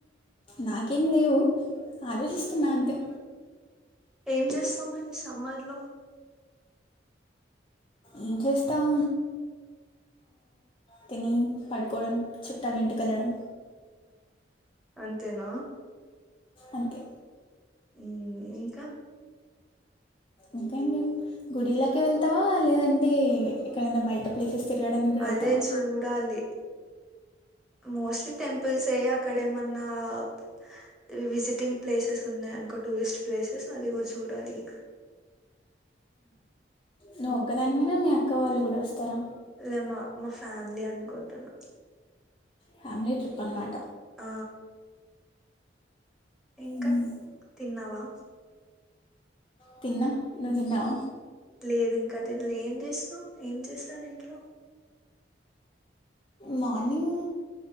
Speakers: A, on the left; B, in the centre.
A: నాకేం లేవు ఆలోచిస్తున్నా అంతే
B: ఎం చేస్తావ్ మరి సమ్మర్ లో
A: ఏం చేస్తాం తిని పడుకోవడం చుట్టాలు ఇంటికి వెళ్ళడం
B: అంతేన
A: అంతే
B: ఉ ఇంక
A: ఇంకే గుడిలాకి వెళ్తావా లేదంటే ఎక్కడనా బయట ప్లేసెస్ తిరగడానికి కూడా
B: అదే
A: వెళ్తావా
B: చూడాలి మోస్ట్లీ టెంపుల్స్ ఏ అక్కడేమన్న ఉన్న విజిటింగ్ ప్లేసెస్ ఉన్నాయ అనుకో టూరిస్ట్ ప్లేసెస్ అది కూడా చూడాలి ఇంకా
A: నువ్వు
B: మ్మ్
A: ఒక్కదాని వేన మీ అక్క వాళ్ళు కూడ వస్తారా
B: లే మా మా ఫ్యామిలీ అనుకుంటున్నా
A: ఫ్యామిలీ ట్రిప్ అనమాట
B: ఆ ఇంక
A: మ్మ్.
B: తిన్నావా
A: తిన్నా నువ్వు తిన్నవ
B: లేదు ఇంకా దీనిలో ఏం చేసిన ఏం చేసారు ఇంట్లో
A: మార్నింగ్